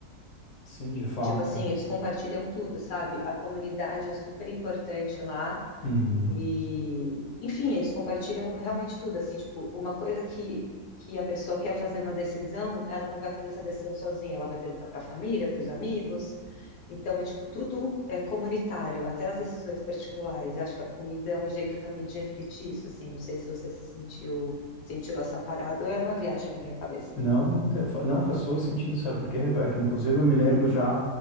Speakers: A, on the left (about 50°); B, on the left (about 85°).
A: Sim, de fato.
B: Tipo assim, eles compartilham tudo, sabe? A comunidade é super importante lá.
A: Uhum.
B: E, enfim, eles compartilham realmente tudo, assim, tipo, uma coisa que, que a pessoa quer fazer uma decisão, ela não vai fazer essa decisão sozinha, ela vai perguntar para a família, para os amigos. Então, é tipo, tudo é comunitário, até as decisões particulares. Eu acho que a comida é um jeito também de refletir isso, assim, não sei se você se sentiu, sentiu essa parada ou é uma viagem da minha cabeça.
A: Não, não, te- fa- não faz todo sentido, sabe por quê, Rebeca? Inclusive, eu me lembro
B: Hum,
A: já